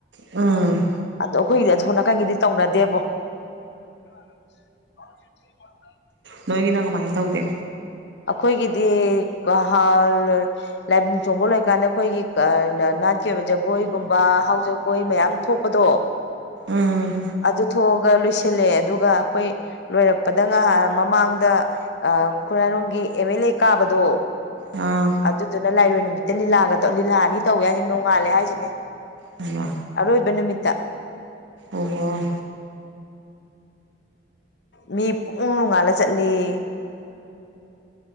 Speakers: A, on the right; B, on the left.
A: ꯎꯝ
B: ꯑꯗꯣ ꯑꯈꯣꯏꯒꯤꯗꯤ ꯑꯁꯣꯟ ꯅꯥꯀꯟꯒꯤꯗꯤ ꯇꯧꯅꯗꯦꯕꯣ <inaudible>
A: ꯅꯣꯏꯒꯤꯅ ꯀꯃꯥꯏꯟ ꯇꯧꯒꯦ
B: ꯑꯈꯣꯏꯒꯤꯗꯤ ꯀ꯭ꯂꯥꯍꯥꯜꯂ ꯂꯥꯏꯕꯨꯡ ꯆꯣꯡꯕ ꯂꯣꯏꯀꯥꯟꯗ ꯑꯈꯣꯏꯒꯤ ꯀ ꯅ ꯅꯥꯠ ꯀꯩꯕ ꯖꯒꯣꯏꯒꯨꯝꯕ ꯍꯥꯎ ꯖꯒꯣꯏ ꯃꯌꯥꯝ ꯊꯣꯛꯄꯗꯣ
A: ꯎꯝ
B: ꯑꯗꯨ ꯊꯣꯛꯑꯒ ꯂꯣꯏꯁꯤꯜꯂꯦ ꯑꯗꯨꯒ ꯑꯈꯣꯏ ꯂꯣꯏꯔꯛꯄꯗ ꯉꯥꯏꯍ ꯃꯃꯥꯡꯗ ꯑ ꯈꯨꯔꯥꯏꯔꯣꯝꯒꯤ ꯑꯦꯝ ꯑꯦꯜ ꯑꯦ ꯀꯥꯕꯗꯣ
A: ꯑꯥ
B: ꯑꯗꯨꯗꯨꯅ ꯂꯥꯏꯔꯣꯏ ꯅꯨꯃꯤꯠꯇ ꯂꯤꯂꯥꯒ ꯇꯧ ꯂꯤꯂꯥ ꯑꯅꯤ ꯇꯧꯋꯦ ꯍꯥꯏꯖꯦ ꯅꯣꯡꯉꯥꯜꯂꯦ ꯍꯥꯏꯖꯤꯅꯤ
A: ꯍꯩꯃꯥ
B: ꯑꯔꯣꯏꯕ ꯅꯨꯃꯤꯠꯇ
A: ꯑꯣ
B: ꯃꯤ ꯄꯨꯡꯉꯧ ꯅꯨꯉꯥꯜꯂ ꯆꯠꯂꯦꯌꯦ